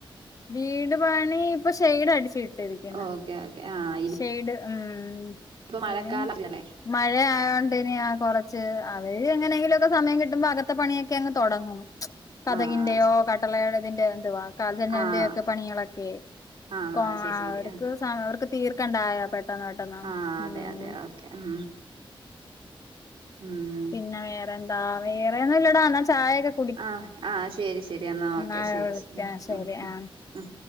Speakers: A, on the left; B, on the right.
A: വീട് പണി ഇപ്പൊ ഷെയ്ഡ് അടിച്ചു ഇട്ടിരിക്കുന്ന്
B: ഓക്കെ ഓക്കെ ആഹ്
A: ഷെയ്ഡ് ആഹ്
B: ഇനിയിപ്പ
A: <unintelligible>
B: മഴക്കാലല്ലേ
A: മഴ ആയോണ്ട് ഇനി ആഹ് കുറച്ച് അവര് എങ്ങനെങ്കിലുക്കെ സമയം കിട്ടുമ്പോ അകത്തെ പണിയൊക്കെ അങ്ങ് തുടങ്ങും കതകിന്റെയോ
B: ആഹ്
A: കട്ടില തീന്റെ എന്തുവാ ജനലിന്റെ
B: ആഹ്
A: ഒക്കെ പണികളൊക്കെ
B: ആഹ്
A: അവർക്ക്
B: ശരി ശരി ആഹ്
A: അവർക്ക് തീർക്കണ്ടായോ പെട്ടെന്ന് പെട്ടെന്ന് ഉം
B: ആഹ് അതെ അതെ അതെ ഓക്കെ ഉം ഉം.
A: പിന്നെ വേറെന്താ വേറെന്നും ഇല്ലടാ എന്ന ചായൊക്കെ
B: ആഹ് ആഹ് ശരി ശരി എന്നാൽ ഓക്കെ
A: ആ
B: ശരി
A: വിളിക്കാം
B: ഉം
A: ശരി
B: ഉം
A: ആ
B: ഉം